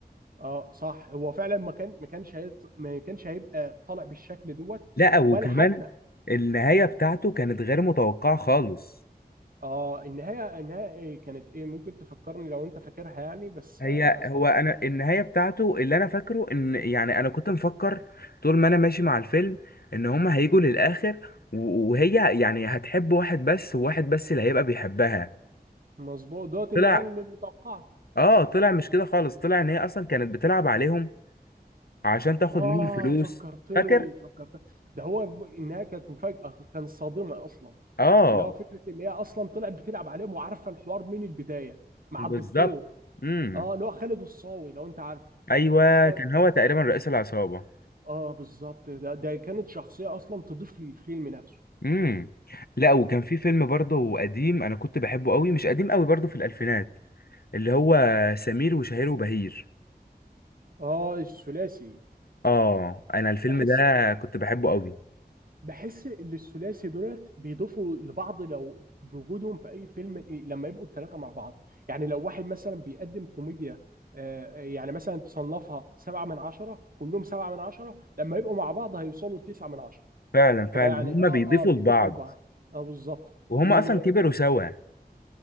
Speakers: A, on the right (about 60°); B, on the left (about 65°).
A: اه صح هو فعلا ما كان ما كانش هيط... ما كانش هيبقى طالع بالشكل دوت
B: لا وكمان
A: ولا حتى
B: النهايه بتاعته كانت غير متوقعه خالص
A: اه النهايه النهايه إيه كانت ايه ممكن تفكرني لو انت فاكرها يعني بس
B: هي
A: آه، اصلا
B: هو انا النهايه بتاعته اللي انا فاكره ان يعني انا كنت مفكر طول ما انا ماشي مع الفيلم ان هما هيجوا للاخر و- وهي يعني هتحب واحد بس وواحد بس اللي هيبقى بيحبها
A: مظبوط دوت النهايه
B: طلع
A: المتوقعه
B: اه طلع مش كده خالص طلع ان هي اصلا كانت بتلعب عليهم عشان تاخد
A: آه
B: منهم فلوس
A: فكرتني
B: فاكر
A: فكرتني ده هو ب- إنها كانت مفاجأة كانت صادمة أصلا
B: اه
A: اللي هو فكرة اللي هي أصلا طلعت بتلعب عليهم وعارفة الحوار من البداية مع
B: بالظبط
A: الدكتور
B: امم
A: آه اللي هو خالد الصاوي لو أنت عارف اللي
B: ايوه كان هو
A: هو-
B: تقريبا رئيس العصابه
A: آه بالظبط ده ده كانت شخصية أصلا تضيف للفيلم نفسه
B: امم لا وكان في فيلم برضه قديم انا كنت بحبه قوي مش قديم قوي برضه في الالفينات اللي هو سمير وشهير وبهير
A: آه الثلاثي
B: اه انا الفيلم
A: بحس
B: ده كنت بحبه قوي
A: بحس ان الثلاثي دولت بيضيفوا لبعض لو بوجودهم في اي فيلم إيه، لما يبقوا الثلاثه مع بعض يعني لو واحد مثلا بيقدم كوميديا آه، آه، يعني مثلا تصنفها سبعة من عشرة كلهم سبعة من عشرة لما يبقوا مع بعض هيوصلوا لتسعة من عشرة
B: فعلا
A: فيعني
B: فعلا هما
A: اه
B: بيضيفوا
A: اه بيضيفوا
B: لبعض
A: لبعض اه بالظبط
B: وهما
A: ال-
B: اصلا كبروا سوا